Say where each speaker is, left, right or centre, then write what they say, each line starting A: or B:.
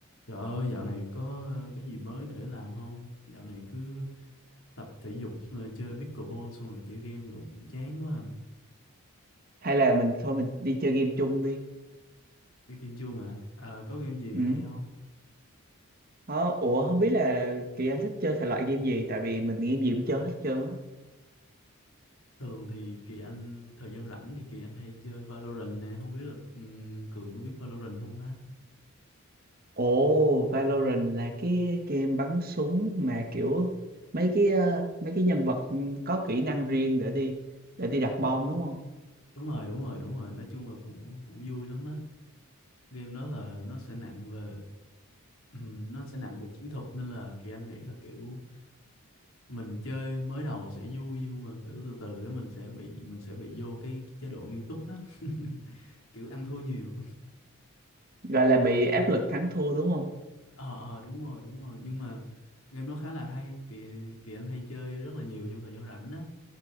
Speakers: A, on the left; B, on the right.
A: Trời ơi, dạo này có ờ, cái gì mới để làm không? Dạo này cứ tập thể dục, rồi chơi pickleball xong rồi chơi game nữa cũng chán quá. à.
B: hay là mình thôi mình đi chơi game chung đi
A: Chơi game chưa mà. À, có game gì
B: ừ
A: hay không?
B: Ờ, ủa không biết là Kỳ Anh thích chơi thể loại game gì tại vì mình game gì cũng chơi hết trơn á
A: Thường thì Kỳ Anh, thời gian rảnh thì Kỳ Anh hay chơi Valorant nè. Không biết là ừm, Cường có biết Valorant không ha?
B: ồ Valorant là cái game bắn súng mà kiểu mấy cái ờ, mấy cái nhân vật có kỹ năng riêng để đi để đi đặt bom đúng không
A: Đúng rồi, đúng rồi, đúng rồi. Nói chung là cũng cũng vui lắm á. Game đó là nó sẽ nặng về ừm, nó sẽ nặng về chiến thuật nên là Kỳ Anh nghĩ là kiểu mình chơi mới đầu sẽ vui nhưng mà kiểu từ từ cái mình sẽ bị mình sẽ bị vô cái chế độ nghiêm túc á <laughs> kiểu ăn thua nhiều
B: gọi là bị áp lực thắng thua đúng không
A: ờ ờ đúng rồi đúng rồi nhưng mà game đó khá là hay kỳ kỳ anh hay chơi rất là nhiều trong thời gian rảnh á